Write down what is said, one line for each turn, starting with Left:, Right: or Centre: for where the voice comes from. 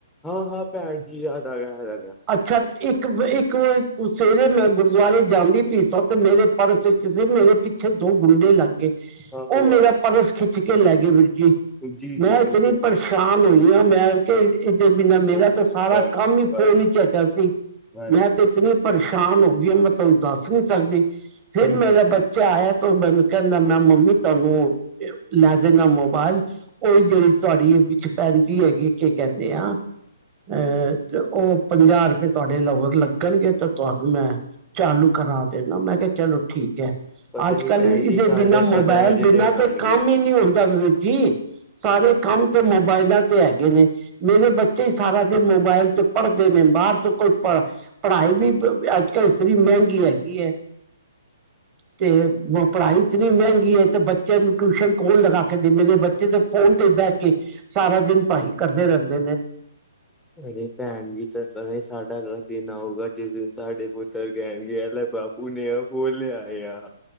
Centre: ਹਾਂ ਹਾਂ ਭੈਣ ਜੀ ਯਾਦ ਆ ਗਿਆ, ਆ ਆ ਗਿਆ
Right: ਅੱਛਾ ਇੱਕ ਇੱਕ ਵਾਰੀ ਸਵੇਰੇ ਮੈਂ ਗੁਰਦੁਆਰੇ ਜਾਂਦੀ ਪਈ ਸਾਂ, ਤੇ ਮੇਰੇ ਪਰਸ ਵਿੱਚ ਸੀ, ਮੇਰੇ ਪਿੱਛੇ ਦੋ ਗੁੰਡੇ ਲੱਗ ਗਏ,
Centre: ਆਹੋ
Right: ਉਹ ਮੇਰਾ
Centre: ਆਹੋ
Right: ਪਰਸ ਖਿੱਚ ਖਿੱਚ ਕੇ ਲੈ ਗਏ ਵੀਰ ਜੀ
Centre: ਜੀ ਜੀ
Right: ਮੈਂ ਇਤਨੀ
Centre: ਬਿਲਕੁਲ ਜੀ
Right: ਪਰੇਸ਼ਾਨ
Centre: ਮ
Right: ਹੋਈ ਆਂ ਮੈਂ ਕੇ, ਏਦੇ ਬਿਨਾਂ ਮੇਰਾ
Centre: ਹੋ
Right: ਤਾਂ ਸਾਰਾ
Centre: ਵਾਹਿਗੁਰੂ
Right: ਕੰਮ ਹੀ
Centre: ਵਾਹਿਗੁਰੂ
Right: ਫੋਨ ਇਚ ਹੈਗਾ ਸੀ,
Centre: ਵਾਹਿਗੁਰੂ
Right: ਮੈਂ ਤੇ ਇਤਨੀ ਪਰੇਸ਼ਾਨ ਹੋ ਗਈ ਮੈਂ ਤੁਹਾਨੂੰ ਦੱਸ ਨੀ ਸਕਦੀ ਫਿਰ
Centre: ਸਹੀ
Right: ਮੇਰਾ
Centre: ਗੱਲ ਹੈ
Right: ਬੱਚਾ ਆਇਆ ਤੇ ਮੈਨੂੰ ਕਹਿੰਦਾ ਮੈਂ ਮੰਮੀ ਤੁਹਾਨੂੰ ਲੈ ਦਿੰਦਾ ਮੋਬਾਇਲ ਉਹ ਜਿਹੜੀ ਤੁਹਾਡੀ ਵਿੱਚ ਭੈਣ ਜੀ ਹੈਗੇ, ਕਿ ਕਹਿੰਦੇ ਆ ਅਹ ਉਹ ਪੰਜਾਹ ਰੁਪਏ ਤੁਹਾਡੇ ਹੋਰ ਲੱਗਣਗੇ, ਤੇ ਤੁਹਾਨੂੰ ਮੈਂ ਚਾਲੂ ਕਰਾ ਦੇਣਾ, ਮੈਂ ਕਿਹਾ ਚਲੋ ਠੀਕ
Centre: ਪਤਾ
Right: ਅੱਜ
Centre: ਨੀ
Right: ਕੱਲ
Centre: ਭੈਣ
Right: ਇਦੇ
Centre: ਜੀ ਸਾਡੇ
Right: ਬਿਨਾਂ ਮੋਬਾਇਲ
Centre: ਕਦ ਐਵੇਂ ਜਿਹੇ
Right: ਬਿਨਾਂ
Centre: ਦਿਨ
Right: ਤੇ
Centre: ਆਣਗੇ
Right: ਕੰਮ ਹੀ ਨਹੀਂ ਹੁੰਦਾ, ਵੀਰ ਜੀ ਸਾਰੇ ਕੰਮ ਤੇ ਮੋਬਾਇਲਾਂ ਤੇ ਹੈਗੇ ਨੇ, ਮੇਰੇ ਬੱਚੇ ਸਾਰਾ ਦਿਨ ਮੋਬਾਇਲ ਚ ਪੜ੍ਹਦੇ ਨੇ, ਬਾਹਰ ਚ ਕੋਈ ਪੜ੍ਹ ਪੜ੍ਹਾਈ ਵੀ ਅੱਜ ਕੱਲ੍ਹ ਇਤਨੀ ਮਹਿੰਗੀ ਹੈਗੀ ਹੈ ਤੇ ਪੜਾਈ ਇਤਨੀ ਮਹਿੰਗੀ ਹੈ ਤੇ ਬੱਚਿਆਂ ਨੂੰ ਟਿਊਸ਼ਨ ਕੌਣ ਲਗਾ ਕੇ ਦੇ ਮੇਰੇੇ ਬ- ਕਿ ਤੇ ਫੋਨ ਤੇ ਬਹਿ ਕੇ ਸਾਰਾ ਦਿਨ ਭਾਈ ਪੜਾਈ ਰਹਿੰਦੇ ਨੇ।
Centre: ਅਰੇ ਭੈਣ ਜੀ ਪਤਾਂ ਨੀ ਸਾਡਾ ਓ ਦਿਨ ਆਊਗਾ ਜਿਸ ਦਿਨ ਸਾਡੇ ਪੁੱਤਰ ਕਹਿਣਗੇ ਏ ਲੈਂ ਬਾਪ- ਤੂ ਨਯਾ ਫੋਨ ਲੈਂ ਆ ਯਾ-